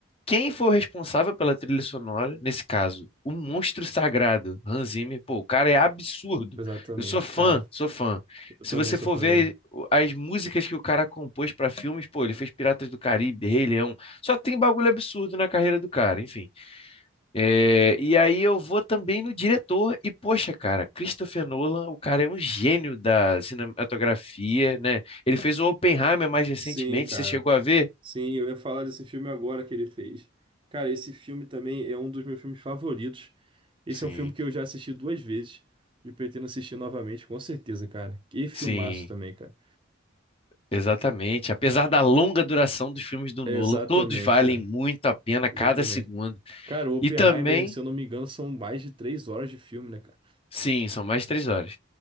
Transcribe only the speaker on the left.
quem foi o responsável pela trilha sonora, nesse caso, o monstro sagrado, Hans Zimmer. Pô, o cara é absurdo.
Eu sou fã,
sou fã.
Se
você
for
ver
o- as músicas que o cara compôs para filmes, pô, ele fez Piratas do Caribe, Rei Leão. Só tem bagulho absurdo na carreira do cara, enfim. É, e aí eu vou também no diretor e, poxa, cara, Christopher Nolan, o cara é um gênio da cinematografia, né? Ele fez o Oppenheimer mais recentemente,
você chegou a ver?
Sim.
Sim,
exatamente. Apesar da longa duração dos filmes do
Nolan,
todos valem
muito a pena cada
segundo.
E também,
sim, são mais de três horas.